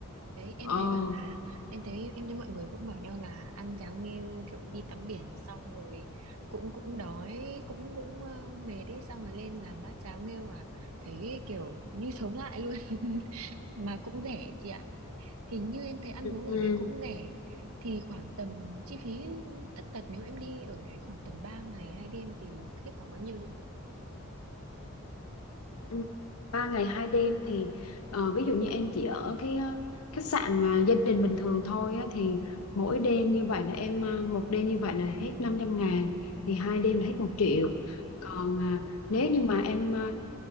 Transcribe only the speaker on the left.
ừ
Ừ.
Ừ, ba ngày hai đêm thì ờ, ví dụ như em chỉ ở cái ờ, khách sạn mà gia đình bình thường thôi á, thì mỗi đêm như vậy là em ờ, một đêm như vậy là hết năm trăm ngàn thì hai đêm là hết một
triệu còn à, nếu như mà em ờ,